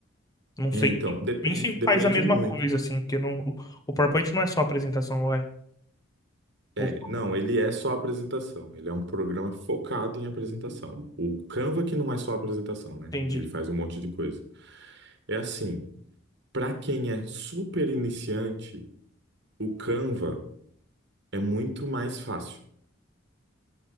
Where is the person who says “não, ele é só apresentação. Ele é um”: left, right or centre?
Right